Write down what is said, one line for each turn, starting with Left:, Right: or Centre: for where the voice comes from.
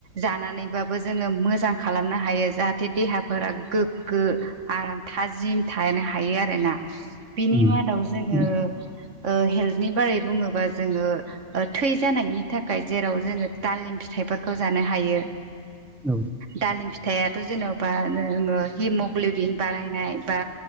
Right: जानानैबाबो जोङो मोजां खालामनो हायो जाहाथे देहाफोरा गोग्गो आराम थाजिम थानो हायो आरोना बिनि
Centre: उम
Right: मादाव जोङो
Centre: उम
Right: ओ हेल्थनि बारै बुङोबा जोङो थै जानायनि थाखाय जेराव जोङो तालिम फिथाइफोरखौ जानो हायो
Centre: औ
Right: दालिम फिथाइ आरो जेन'बा हिमग्ल'बिन बारायनाय बा